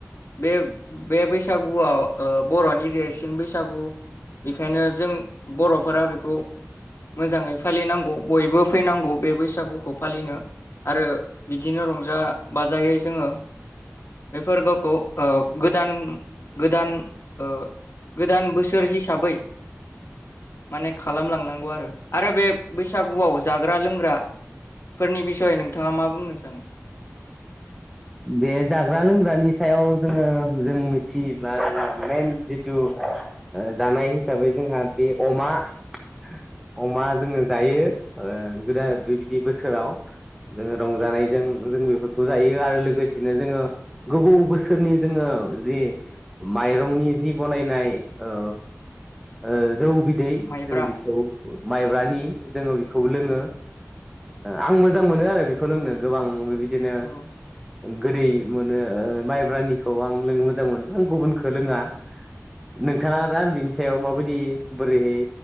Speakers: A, on the left; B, in the centre.
A: बे बे बैसागुआव ओ बर'नि देरसिन बैसागु बेखायनो जों बर'फोरा बेखौ मोजाङै फालिनांगौ बयबो फैनांगौ बे बैसागुखौ फालिनो आरो बिदि बिदिनो रंजा बाजायै जोङो बेफोर गावखौ ओ गोदान गोदान ओ गोदान बोसोर हिसाबै माने खालामलांनांगौ आरो आरो बे बैसागुआव जाग्रा लों फोरा फोरनि बिसयै नोंथाङा मा बुंनो? जानो
B: बे जाग्रा लोंग्रानि सायाव जोङो जों मिथियोब्ला जोंहा मेन जिथु जानाय हिसाबै जोंहा बे अमा । अमा जोङो जायो ।गोदान बेबायदि बोसोराव जोङो रंजानायजों जों बेफोरखौ जायो आरो लोगोसेनो जोङो गोबौ बोसोरनि जोङो जि माइरंनि जि बनायनाय ओ ओ जौ बिदै
A: माइब्रा
B: जों बेखौ माइब्रानि जोङो बे बेखौ लोङो आं मोजां मोनो आरो बेखौ लोंनो गोबां बेबायदि बिदिनो
A: औ
B: गोदै मोनो माइब्रानिखौ आं लोंनो मोजां मोनो। आं गुबुनखौ लोङा। नोंथाङा दा बिनि सायाव माबायदि बोरैहाय